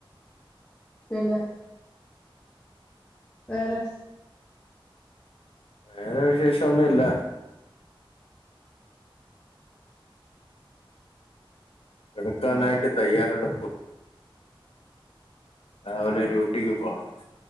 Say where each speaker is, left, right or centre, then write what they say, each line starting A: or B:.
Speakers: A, on the left; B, on the left.
A: പിന്നെ വേറെ
B: വേറെ വിശേഷൊന്നുല്ല. കിടക്കാനായിട്ട്
A: ആഹ്
B: തയ്യാറെട് രാവിലെ ഡ്യൂട്ടിക്ക് പോണം.